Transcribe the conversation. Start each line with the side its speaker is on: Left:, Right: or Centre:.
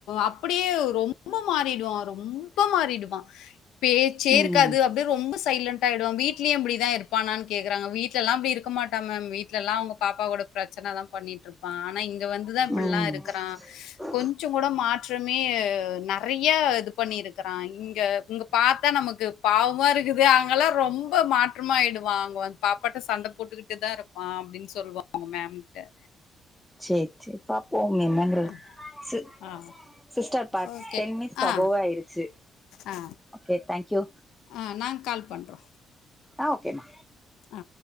Left: அப்படியே ரொம் ப மாறிடுவா ரொம்ப மாறிடுவா பேச்சே
Centre: ம்
Left: இர்க்காது அப் டே ரொம்ப சைலண்டாய்டுவா வீட்லயூ அப்புடிதா இருப்பானான் கேக்குறாங்க வீட்லல்லா அப்டி இருக்க மாட்டா மேம் வீட் லல்லா அவுங்க பாப்பாகூட பிரச்சன தா பண்ணீட்ருப்பா அனா இங்க வந்துதா இப்பல்லா
Centre: ம்
Left: இருக்கறா
Centre: <inaudible>
Left: கொஞ்சகூட மாற்றமே நறையா இது பண்ணிருக்கறா இங்க இங்க கொ பாத்தா நமக்கு பாவ் வமா இருக்குது அங்கல்லா ரொம்ப மாற்றமாய்டுவா அங்க வந் பாப்பாட்ட சண்ட போட்டுக்கிட்டு தா இருப்பா அப்டின் சொல்வா அவங்க மேம்ட்ட
Centre: சேர் சேர் பாப்போம் என்னங்கறது
Left: ஆ.
Centre: சே
Left: ஆ.
Centre: Sister back
Left: okay.
Centre: டென் மினிட்ஸ்க்கு
Left: ஆ.
Centre: அபோவா ஆய்ருச்சு
Left: ஆ.
Centre: ஓகே தேங்க் யூ
Left: ஆ நாங் கால் பண்றோ
Centre: ஆ ஓகே மா
Left: ஆ